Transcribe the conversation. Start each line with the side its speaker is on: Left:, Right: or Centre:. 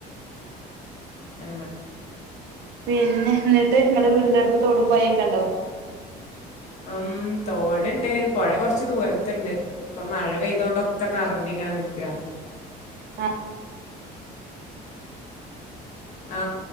Left: ആ
Right: പിന്നെ ന്നട്ട് ഇങ്ങടെ വീടിന്റെ അടുത്ത് തോടും പോയക്കെ ണ്ടോ
Left: ഉം തോട്ണ്ട് പെഴ കൊറച്ച് ദൂരത്ത്ണ്ട് ഇപ്പൊ മഴ പെയ്തോണ്ട് ഒക്കെ നറഞ്ഞ് ഇങ്ങനെ നിക്കാ
Right: ആ
Left: ആ